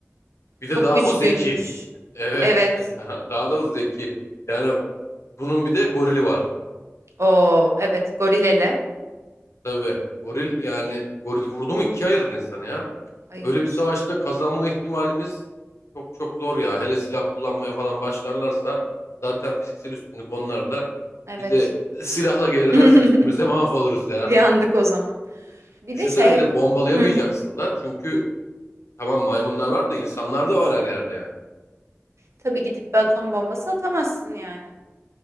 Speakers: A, on the left; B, on the right.
A: Bir
B: Çok
A: de daha
B: güçlüymüş.
A: bu zeki. Evet.
B: Evet.
A: <laughs> Daha, daha da bu zeki. Yani bunun bir de gorili var.
B: Oo evet gorilele
A: Tabii. Goril yani goril vurdu mu ikiye ayırır insanı ya.
B: ayırır.
A: Böyle bir savaşta kazanma ihtimalimiz çok çok zor ya. Hele silah kullanmaya falan başlarlarsa zaten fiziksel üstünlük onlarda.
B: Evet.
A: Bir de <laughs> silahla gelirlerse
B: <laughs>
A: üstümüze <laughs> mahvoluruz ya.
B: Yandık o zaman. Bir
A: Düşünsene
B: de şey
A: bir de bombalayamayacaksın
B: hı,
A: da. Çünkü tamam maymunlar var da insanlar da var her yerde yani.
B: tabii gidip bir atom bombası atamazsın yani.